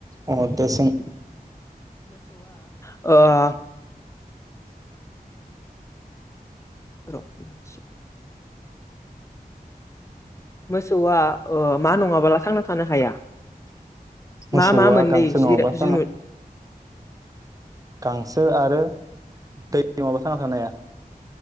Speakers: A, on the right (about 20°); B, on the left (about 20°).
A: अ दे सों।
B: ओ‌ र सौ मोसौआ ओ मा नङाबाला थांना थानो हाया?
A: मोसौआ
B: मा मा मोननै
A: गांसो नङाबा
B: जिरा
A: थांआ
B: जुनुद
A: गांसो आरो दै नङाबा थांना थानो हाया।